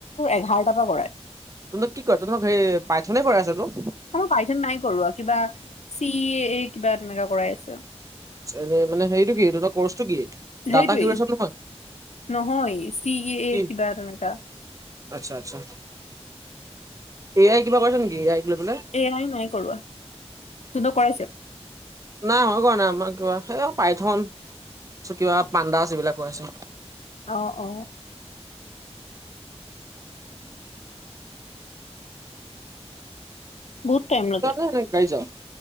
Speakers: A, on the left; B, on the right.
A: এঘাৰটা পৰা কৰায়।
B: তহঁতক কি কয়? তহঁতক হে পাইথনে কৰাই আছেতো?
A: আমাক পাই থন নাই কৰোৱা। কিবা চি এ এ কিবা তেনেকা কৰাই আছে।
B: এনে মানে হেৰিটো কি, তহঁতৰ কৰ্চটো কি?
A: সেইটোৱেই।
B: ডাটা কিউৰেচন নহয়
A: নহয় চি এ এ
B: কি
A: কিবা তেনেকা।
B: আচ্ছা- আচ্ছা। এ আই কিবা কৰিছে নেকি? এ আই লৈ পেলাই?
A: এ আই নাই কৰোৱা। যোনটো কৰাইছে
B: নাই আমাকো কৰাৱা নাই, আমাক কিবা সেইয়া পাইথন চ কিবা পাণ্ডাছ এইবিলাক কৰাইছে।
A: অ', অ'। বহুত টাইম লাগে।
B: <unintelligible> গাই যাওঁ।